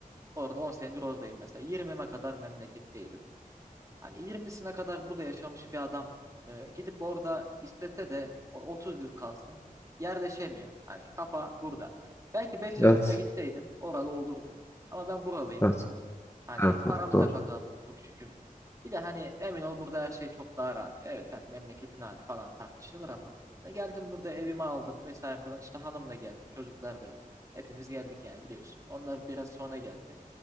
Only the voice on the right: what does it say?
Orada 10 senedir oradayım mesela. 20'me kadar memleketteydim. Hani 20'sine kadar burada yaşamış bir adam e, gidip orada istese de o- 30 yıl kalsın yerleşemiyor. Hani kafa burada. Belki 5
yaşında gitseydim oralı olurdum. Ama ben buralıyım.
Hani
paramı
da kazandım çok şükür. Bir de hani emin ol burada her şey çok daha rahat. Evet hani memleketin hali falan tartışılır ama hani geldim burada evimi aldım vesaire falan işte hanımla geldik çocuklar da hepimiz geldik yani biliyorsun. Onlar biraz sonra geldi.